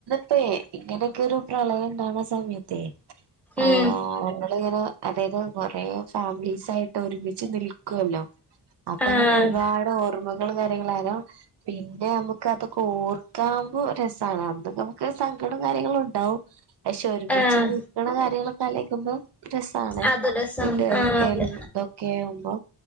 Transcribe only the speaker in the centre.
ഉം
ആഹ്
ആഹ്
അത് രസം
ആഹ് അതെ